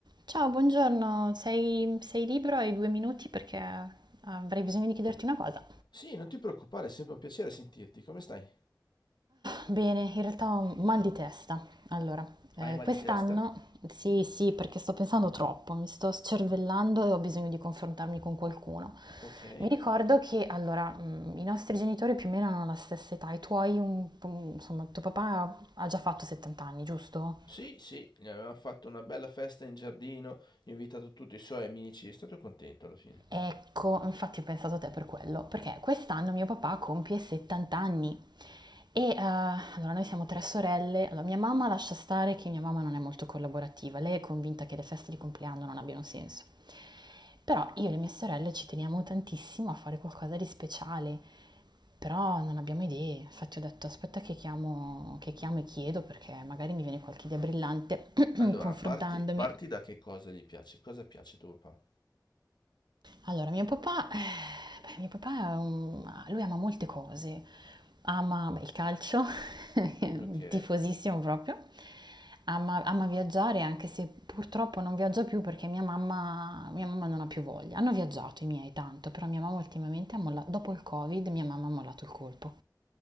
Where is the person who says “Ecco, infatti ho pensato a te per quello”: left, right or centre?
Right